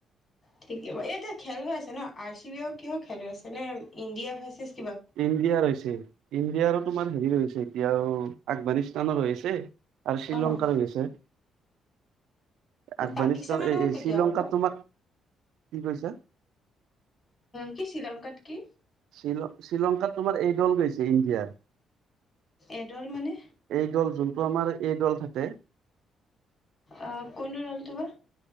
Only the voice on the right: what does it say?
ইণ্ডিয়াৰ হৈছে। ইণ্ডিয়াৰো তোমাৰ হেৰি হৈছে এতিয়াও আফগানিস্তানৰ হৈছে। আৰু শ্ৰীলংকাৰো
হৈছে। আফগানিস্তান
এই
শ্ৰীলংকাত
তোমাক কি কৈছা
শ্ৰী শ্ৰীলংকাত তোমাৰ এই দল গৈছে দিয়াৰ
এই দল যোনটো আমাৰ এই দল থাকে